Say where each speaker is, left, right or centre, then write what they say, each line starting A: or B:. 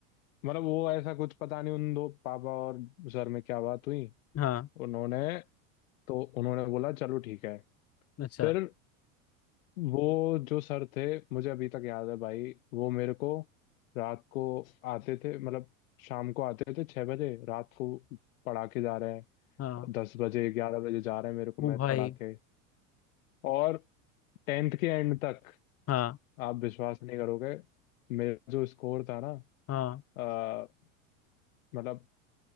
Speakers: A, on the left; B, on the left.
A: मतलब वो ऐसा कुछ पता नहीं उन दो पापा और सर में क्या बात हुई
B: हाँ
A: उन्होंने तो उन्होंने बोला चलो ठीक है
B: अच्छा
A: फिर वो जो सर थे मुझे अभी तक याद है भाई वो मेरे को रात को आते थे मतलब शाम को आते थे छः बजे रात को पढ़ा के जा रहे हैं
B: हाँ
A: दस बजे ग्यारह बजे जा रहे हैं मेरे को
B: वो
A: मैथ
B: भाई
A: पढ़ा के और टेंथ के एंड तक
B: हाँ
A: आप विश्वास नहीं करोगे मेरा जो स्कोर था ना
B: हाँ
A: आ, मतलब